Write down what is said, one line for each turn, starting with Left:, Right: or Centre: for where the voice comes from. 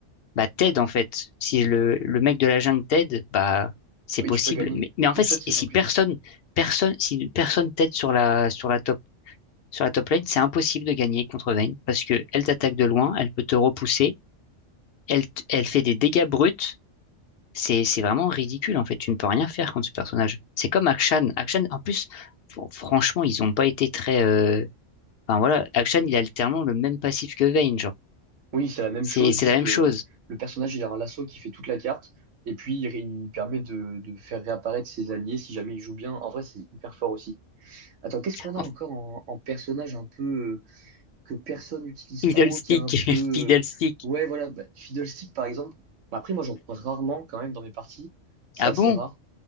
Left: bah, t'aide, en fait. Si le, le mec de la jungle t'aide, bah, c'est
Right: Oui,
Left: possible.
Right: tu peux gagner.
Left: Mais, mais en
Right: Tout
Left: fait,
Right: seul,
Left: si,
Right: c'est
Left: si
Right: compliqué.
Left: personne, personne, si personne t'aide sur la, sur la top, sur la top lane, c'est impossible de gagner contre Vayne parce que elle t'attaque de loin, elle peut te repousser, elle, t- elle fait des dégâts bruts. C'est, c'est vraiment ridicule, en fait. Tu ne peux rien faire contre ce personnage. C'est comme Akshan. Akshan, en plus, fr- franchement, ils ont pas été très, euh, Enfin voilà, Akshan il a littéralement le même passif que Vayne, genre.
Right: Oui, c'est la même
Left: C'est
Right: chose,
Left: c'est
Right: juste
Left: la même chose.
Right: euh, le personnage, il a un lasso qui fait toute la carte, et puis il, ré- il permet de, de faire réapparaître ses alliés si jamais il joue bien. En vrai, c'est hyper fort aussi. Attends, qu'est-ce qu'on a
Left: En
Right: encore
Left: fait,
Right: en, en personnage un peu... euh, que personne n'utilise
Left: Fiddlestick,
Right: trop, qui est un peu...
Left: <laughs>
Right: euh,
Left: Fiddlestick.
Right: ouais, voilà, bah, Fiddlestick, par exemple. Bah, après, moi, j'en croise rarement, quand même, dans mes parties. C'est
Left: Ah
Right: assez
Left: bon?
Right: rare.